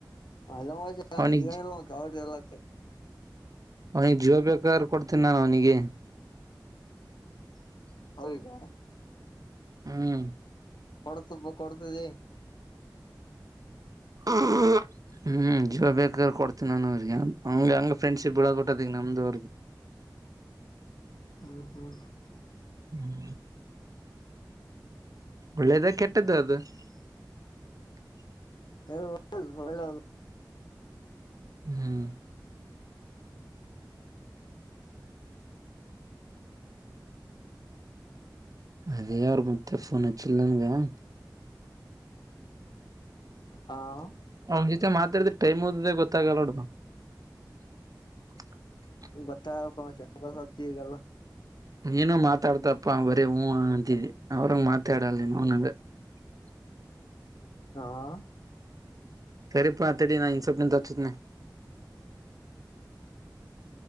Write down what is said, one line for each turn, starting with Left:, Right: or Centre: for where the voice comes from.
Left: ಅವನ ಎಲ್ಲ
Right: ಅವ್ನಿಗ್
Left: ಚ ಎಲ್ಲಾ <unintelligible>
Right: ಅವನಿಗೆ ಜೀವಾ ಬೇಕಾರು ಕೊಡ್ತೀನಿ ನಾನು ಅವನಿಗೆ <unintelligible>
Left: ಹೌಗ <unintelligible>
Right: ಹ್ಮ್ <unintelligible>
Left: ಕೊಡತ ಕೊಡ್ತದ <unintelligible>
Right: ಹ್ಮ <unintelligible> ಹ್ಮ್ ಜೀವ ಬೇಕಾದ್ರೆ ಕೊಡ್ತೀ ನಾನನ್ ಅವ್ರಿಗೆ ಹಂಗ ಹಂಗ ಫ್ರೆಂಡ್ಶಿಪ್ ಬಿಡದ್ ಬಿಟ್ಟ ಅದ ಈ ನಮ್ದು ಅವ್ರಿಗೆ <unintelligible> <inaudible>
Left: ಹಾ ಹಾ <unintelligible>
Right: ಹ್ಮ್ <unintelligible> ಒಳ್ಳೆೇದ ಕೆಟ್ಟ್ದ ಅದು <unintelligible>
Left: ಹ ಒಳ್ಳೆದು <unintelligible>
Right: ಹ್ಮ್ <unintelligible> ಅದೇ ಅವ್ರ ಮತ್ತೆ ಫೋನ್ ಹಚ್ಚಿಲ್ಲನಂಗ <unintelligible>
Left: ಹಾ <unintelligible>
Right: ಅವನ ಜೊತೆ ಮಾತಾಡಿದ್ರೆ ಟೈಮ್ ಹೋಗಿದ್ದೆ ಗೊತ್ತಾಗಲ್ಲೋಡ <unintelligible>
Left: ಬತ್ತ ಪಚ ಬ ಹೊತ್ತಿಗಲ್ಲ <unintelligible>
Right: ನೀನು ಮಾತಾಡ್ತಪ್ಪ ಬರೀ ಹೂಹಾ ಅಂತಿದಿ ಅವ್ರಂಗ ಮಾತಾಡಲ್ಲ ನೀನು ಅವನಂಗ <unintelligible> <inaudible>
Left: ಹಾ <unintelligible>
Right: ಸರಿಪಾ ತಡಿಇನ ಇನ್ನ ಸ್ವಲ್ಪ ದಿಂದ ಹಚ್ತೀನಿ <unintelligible>